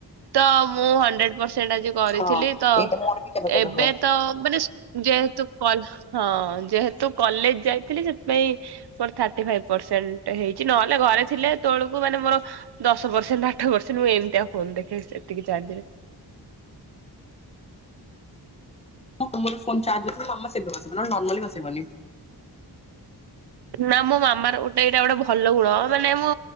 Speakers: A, on the right; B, on the left.
A: ତ ମୁଁ ହୁଣ୍ଡ୍ରେଡ ପରସେଣ୍ଟ ଆଜି କରିଥିଲି
B: ହଁ
A: ତ
B: ଏଇଟା ମୋର ବି କେବେ କେବେ
A: ଏବେ
B: ହୁଏ।
A: ତ ମାନେ ଯେହେତୁ କଲ୍ ହଁ ଯେହେତୁ କଲେଜ ଯାଇଥିଲି ସେଥିପାଇଁ ମୋର ଥାର୍ଟିଫାଇଭ୍ ପରସେଣ୍ଟ ହେଇଛି ନହେଲେ ଘରେ ଥିଲେ ଏତଲକୁ ମାନେ ମୋର ଦଶ ପରସେଣ୍ଟ ଆଠ ବର୍ଷ ମୁଁ ଏମିତିଆ ଫୋନ ଦେଖେ ଏତିକି ଚାର୍ଜରେ
B: ହଁ ତମର ଫୋନ ଚାର୍ଜ ମାମା ସେବେ ବସିବ ନର୍ମାଲି ବସିବନି।
A: ନା ମୋ ମାମାର ଗୋଟେ ଏଇଟା ଗୋଟେ ଭଲ ଗୁଣ ମାନେ ମୁଁ